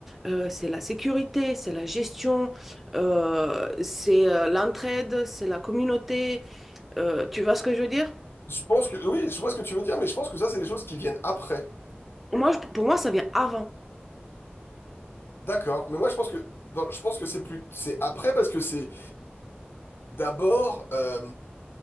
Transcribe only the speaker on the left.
Je pense que, oui, je vois ce que tu veux dire, mais je pense que ça, c'est des choses qui viennent après.
D'accord, mais moi je pense que dans- je pense que c'est plus c'est après parce que c'est d'abord euh,